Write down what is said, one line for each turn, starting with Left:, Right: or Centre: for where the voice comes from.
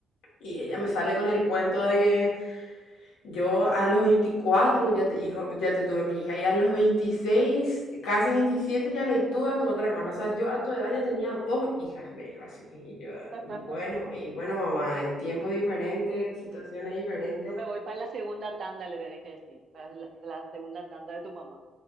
Left: Y ella me sale con el cuento de que yo a los 24 ya te, hijo, ya te tuve mi hija y a los veintiséis casi veintisiete ya le tuve a tu otra hermana. O sea, yo a tu edad ya tenía dos hijas, me dijo así. Y yo,
Right: <laughs>
Left: y bueno, y bueno, mamá, eh, tiempos diferentes,
Right: Bueno,
Left: situaciones diferentes.
Right: yo me voy para la segunda tanda, le tenés que decir, para la, la segunda tanda de tu mamá,